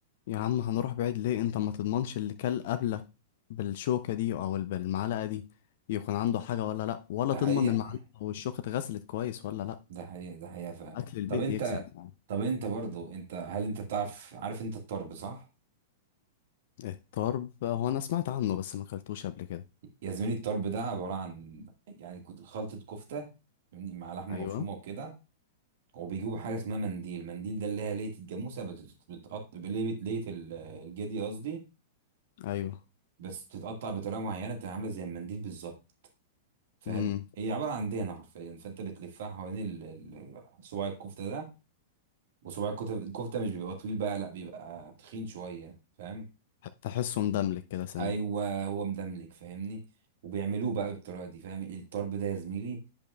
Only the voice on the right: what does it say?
ده
حقيقه
ده حقيقه ده حقيقه فعلا
طب انت
طب انت برضو انت هل انت بتعرف عارف انت الطرب صح
يا زميلي الطرب ده عباره عن يعني كت- خلطه كفته فاهمني مع لحمه
مفرومه وكده وبيجيبوا حاجه اسمها منديل منديل ده اللي هي ليه الجاموسه بتتقطع ليه ليه الجدي قصدي
بس بتتقطع بطريقه معينه تبقى عامله زي المنديل بالظبط فاهم
هي عباره عن دهنه حرفيا فانت بتلفها حوالين ال- ال- صباع الكفته ده وصباع الكفته الكفته مش بيبقى طويل بقى لا بيبقى تخين شويه فاهم
ايوه هو مدملك فاهمني وبيعملوه بقى بالطريقه دي فاهم الطرب ده يا زميلي